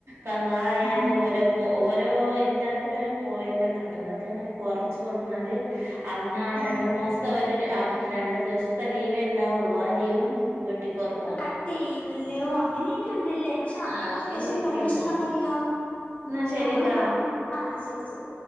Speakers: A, on the right; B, on the left.
A: കള്ളം ആയാലും
B: ആ
A: ഓരോ പോ ഓരോ എല്ലാത്തിനും ഒരു. പോയിന്റ് ഒക്കുണ്ട്, അതൊക്കെ ഇങ്ങനെ കൊറച്ച് കൊണ്ടുവന്നാല്. അന്ന് ആഹ് രണ്ടു
B: ഉം
A: മാസത്തെ ഒരു രണ്ടു ദിവസത്തെ ലീവേ ഇണ്ടാവുള്ളു, ആഹ് ലീവും. ന്നിട്ട് പൊറത്ത്
B: കട്ട് ചെയ്യും ബില്ലിനും അങ്ങനെയൊക്കെ ഉണ്ടാല്ലേ, പക്ഷെ നമ്മടെ
A: ആഹ് അങ്ങനെയൊക്കെയുണ്ട്
B: സ്പെഷ്യൽ പെർമിഷൻ ഉണ്ടെങ്കിലോ?
A: എന്നാ ശരിട്ടാ
B: നമ്മള് പറഞ്ഞ് ആഹ് ശരി ശരി.